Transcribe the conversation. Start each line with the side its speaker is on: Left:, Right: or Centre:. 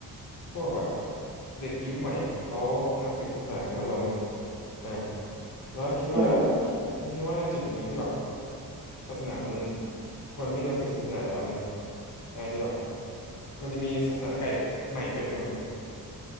Left: พวกแบบเด็กยุคใหม่อ่ะเขานับถือศาสนากันน้อยลงเนาะอ่าแล้วคิดว่า
Right: เออ
Left: คุณคิดว่าในจุดจุดหนึ่งที่แบบศาสนามันคนไม่นับถือศาสนาแล้วอย่างเงี้ยอาจจะแบบมันจะมีศาสนาไก่ใหม่เกิดขึ้นมาไหม